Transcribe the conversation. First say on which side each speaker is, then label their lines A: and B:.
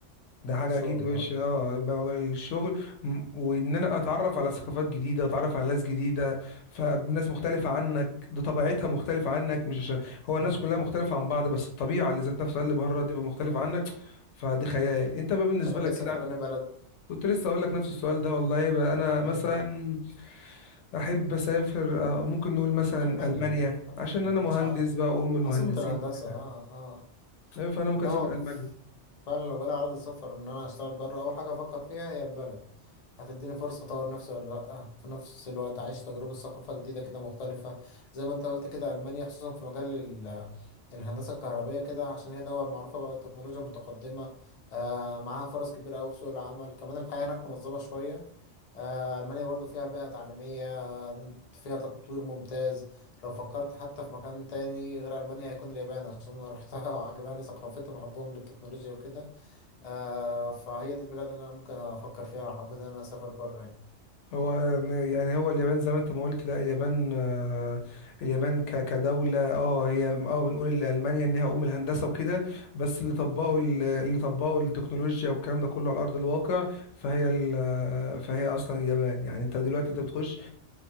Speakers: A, on the left; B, on the left.
A: ده حاجة
B: شغل
A: أكيد وش
B: اه
A: اه يبقى الشغل م- وإن أنا أتعرف على ثقافات جديدة أتعرف على ناس جديدة فناس مختلفة عنك دي طبيعتها مختلفة عنك مش عشان هو
B: اه
A: الناس كلها مختلفة عن بعض بس الطبيعة اللي ذات نفسها اللي بره تبقى مختلفة
B: اه
A: عنك فدي خيال أنت بقى بالنسبة
B: تحب
A: لك
B: تسافر
A: كده
B: انا بلد
A: كنت لسه أقول لك نفس السؤال ده والله بقى أنا مثلا
B: إيه؟
A: أحب أسافر آه، ممكن نقول مثلا
B: ألمانيا
A: ألمانيا
B: ألمانيا
A: عشان
B: يا
A: أنا مهندس
B: باشا
A: بقى وأم المهندسين
B: عاصمة الهندسة
A: وكده
B: اه اه
A: فأنا ممكن
B: لا
A: أسافر
B: هو
A: ألمانيا
B: ف- فعلا لو جالي عرض سفر إن أنا أشتغل بره أول حاجة أفكر فيها هي البلد هتديني فرصة أطور نفسي ولا لأ في نفس الوقت أعيش تجربة ثقافة جديدة كده مختلفة زي ما أنت قلت كده ألمانيا خصوصا في مجال ال- الهندسة الكهربية كده عشان هي دول معروفة بقى بالتكنولوجيا المتقدمة آه معاها فرص كبيرة أوي في سوق العمل كمان الحياة هناك منظمة شوية آه ألمانيا برضو فيها بيئة تعليمية فيها تطوير ممتاز لو فكرت حتى في مكان تاني غير ألمانيا هيكون اليابان عشان أنا روحتها <laughs> وعجباني ثقافتهم وحبهم للتكنولوجيا وكده آه فهي دي البلاد اللي أنا ممكن أفكر فيها لو حبيت إن أنا أسافر بره يعني
A: هو م- يعني هو اليابان زي ما انت ما قلت لا اليابان آه، اليابان ك- كدولة اه هي اه بنقول ان ألمانيا انها ام الهندسة وكده بس اللي طبقوا ال- اللي طبقوا التكنولوجيا والكلام ده كله على ارض الواقع فهي ال- آه، فهي اصلا اليابان يعني انت دلوقتي انت بتخش